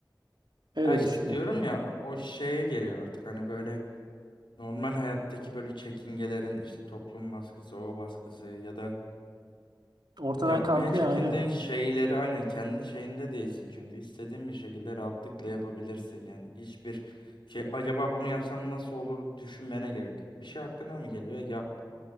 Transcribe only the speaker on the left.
Ya işte
diyorum ya o şeye geliyor artık hani böyle normal hayattaki böyle çekingelerin işte toplum baskısı o baskısı ya da
yapmaya
çekindiğin
şeyleri aynen kendi şeyinde değilsin çünkü istediğin bir şekilde rahatlıkla yapabilirsin yani. Hiçbir şey acaba bunu yapsam nasıl olur düşünmene gerek yok. Bir şey aklına mı geliyor yap.